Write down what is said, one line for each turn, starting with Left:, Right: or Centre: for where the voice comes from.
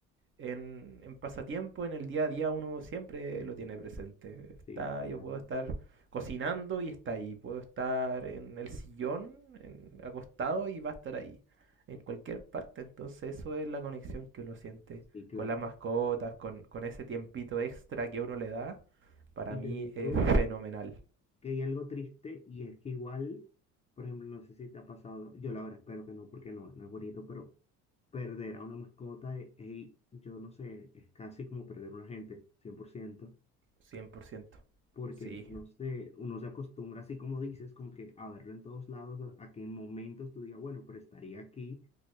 Right: en, en pasatiempo, en el día a día, uno siempre lo tiene presente. Está,
Left: Sí, claro,
Right: yo puedo estar cocinando y está ahí. Puedo estar en el sillón, en- acostado y va a estar ahí. En cualquier parte. Entonces eso es la conexión que uno siente
Left: sí, claro.
Right: con las mascotas, con, con ese tiempito extra que uno le da. Para
Left: Y
Right: mí
Left: te digo
Right: es fenomenal.
Left: que hay algo triste y es que igual, por ejemplo, no sé si te ha pasado, yo la verdad espero que no, porque no, no es bonito, pero Perder a una mascota, eh, ey, yo no sé, es casi como perder a una gente, cien por ciento
Right: cien por ciento
Left: porque
Right: Sí,
Left: no sé, uno se acostumbra, así como dices, como que a verlo en todos lados, a a que en momentos tú digas, bueno, pero estaría aquí,